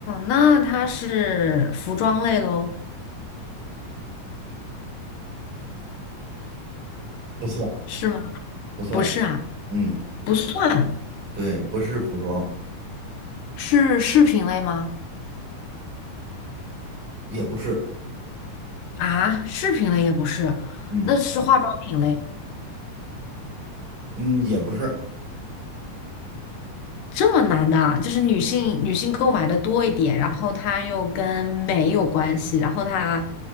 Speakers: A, on the left; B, on the right.
A: 那它是服装类喽？
B: 不算
A: 是吗？
B: 不算，
A: 不是啊，
B: 嗯，
A: 不算，
B: 对，不是服装，
A: 是饰品类吗？
B: 也不是，
A: 啊，饰品类也不是，
B: 嗯
A: 那是化妆品类。
B: 嗯，也不是，
A: 这么难的啊，就是女性女性购买的多一点，然后它又跟美有关系，然后它